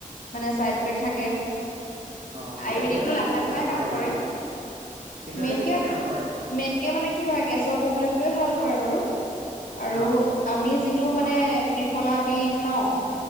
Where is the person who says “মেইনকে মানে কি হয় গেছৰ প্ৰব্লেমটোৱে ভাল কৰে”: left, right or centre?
Left